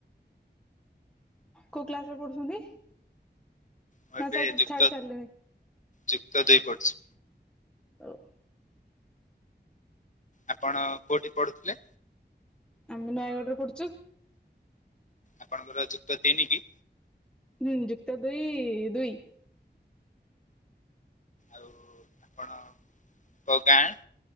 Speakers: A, in the centre; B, on the left (about 45°).
A: କୋଉ କ୍ଲାସରେ ପଢୁଛନ୍ତି?
B: ମୁଁ
A: ନା
B: ଏବେ ଯୁକ୍ତ
A: ଛାଡି ସାରିଲେଣି?
B: ଯୁକ୍ତ ଦୁଇ ପଢୁଛି।
A: <inaudible>
B: ଆପଣ କୋଉଠି ପଢୁଥିଲେ?
A: ଆମେ ନୟାଗଡ ରେ ପଢୁଚୁ।
B: ଆପଣଙ୍କର ଯୁକ୍ତ ତିନି କି?
A: ହୁଁ ଯୁକ୍ତ ଦୁଇ ଦୁଇ।
B: ଆଉ ଆପଣ ଙ୍କ ଗାଁ?